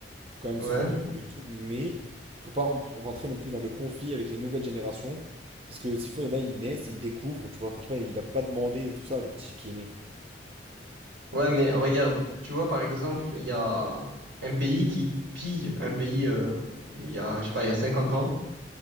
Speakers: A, on the right; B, on the right.
A: faut quand même
B: Ouais.
A: se remémorer et tout, mais il faut pas rem- rentrer non plus dans le conflit avec les nouvelles générations, parce que s'il faut, il y en a, ils naissent et ils découvrent, tu vois. Enfin je sais pas, il a pas demandé et tout ça, le petit qui est né.
B: Ouais, mais regarde, tu vois, par exemple, il y a un pays qui pille un pays, euh, il y a, je sais pas, il y a 50 ans,